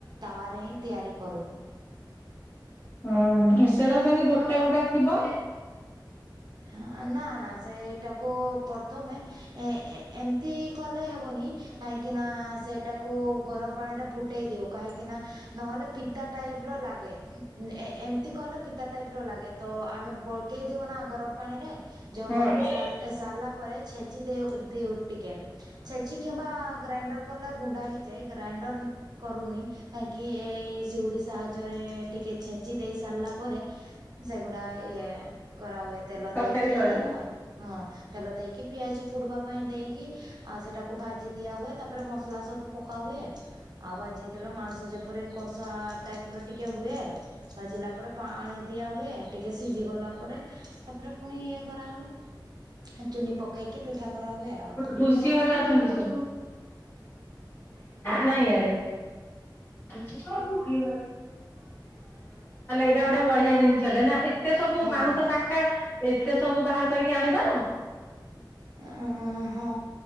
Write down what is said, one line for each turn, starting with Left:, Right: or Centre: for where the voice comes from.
Right: ତାୱା ରେ ହିଁ ତିଆରି କରୁ।
Left: ହୁଁ ସେଟା ସେମିତି ଗୋଟା ଗୋଟା ଥିବ।
Right: ହଁ ନା ନା ସେଇଟାକୁ ପ୍ରଥମେ ଏ ଏ ଏମିତି କଲେ ହେବନି। କାହିଁକିନା ସେଇଟାକୁ ଗରମ ପାଣିରେ ଫୁଟେଇ ଦେଉ କାହିଁକିନା ନହେଲେ ପିତା ଟାଇପ୍। ର ଲାଗେ ଏ ଏମତି କଲେ ପିତା ଟାଇପ ର ଲାଗେ ତ ଆମେ ବଳକେଇ। ଦଉ ନା ଗରମ ପାଣିରେ ଯୋଉ
Left: ହୁଁ
Right: ବଳକି ସାରି ସାରିଲା। ପରେ ଛେଚି ଦେଉ ଦେଉ ଟିକେ ଛେଚି କିମ୍ବା ଗ୍ରାଇଣ୍ଡର କଲେ ଗୁଣ୍ଡା ହେଇଯାଏ ଗ୍ରା ଇଣ୍ଡର କରୁନି କାହିଁକି ଏ ସିଉଡି ସାହାଯ୍ୟରେ ଟିକେ ଛେଚି ଦେଇ ସାରିଲା ପରେ। ସେଗୁଡା ଇଏ କରାହୁଏ ତେଲ
Left: ତରକାରୀ
Right: ଦେଇକି
Left: କରାହବ।
Right: ଆ ହଁ। ତେଲ ଦେଇକି ପିଆଜ ପୋଡିବା ପାଇଁ ଦେଇକି ଆଉ ସେଟାକୁ ଭାଜି ଦିଆ ହୁଏ ତାପରେ ମସଲା ସବୁ ପ କା ହୁଏ ଆଉ ଭାଜି ଦେଲେ ମାଂସ ଯେପରି କଶା ଟାଇପ ର ଟିକେ ହୁଏ ଭାଜିଲା। ତାପରେ ପାଣି ଦିଆ ହୁଏ ଟିକେ ସିଜି ଗଲା ପରେ। ତାପରେ ପୁଣି ଇଏ କରା ହୁଏ ଚୁନି ପକେଇକି ପିଠା କରାହୁଏ। ଆଉ କଣ
Left: ଖୁସି ଘରେ ଅଛନ୍ତି ସିଏ। ନାଇଁ ଇଆଡେ। ଆଉ ତାହେଲେ ଏଇଟା ଗୋଟେ ବଢିଆ ଜିନିଷଟେ ନା? ଏତେ ସବୁ
Right: ହଁ
Left: ବାଉଁଶ ଶାଖା ଏତେ ସବୁ ବାହାର କରି ଆଣିବ?
Right: ଅ ହଁ। ହଁ